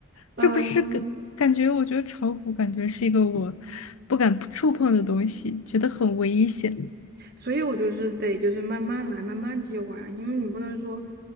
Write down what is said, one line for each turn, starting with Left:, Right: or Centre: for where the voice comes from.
Right: 嗯，
Left: 这不是感感觉？我觉得炒股感觉是一个我不敢触碰的东西，觉得很危险。
Right: 所以我就是得就是慢慢来，慢慢计划呀，因为你不能说，